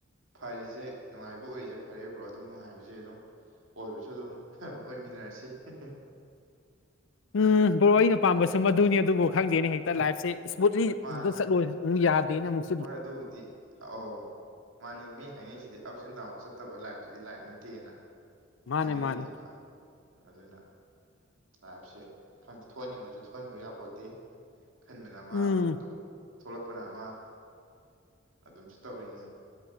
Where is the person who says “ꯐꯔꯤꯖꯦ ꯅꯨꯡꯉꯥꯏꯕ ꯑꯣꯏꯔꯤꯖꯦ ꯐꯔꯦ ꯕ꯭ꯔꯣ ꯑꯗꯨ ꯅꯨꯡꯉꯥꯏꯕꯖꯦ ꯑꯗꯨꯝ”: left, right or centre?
Right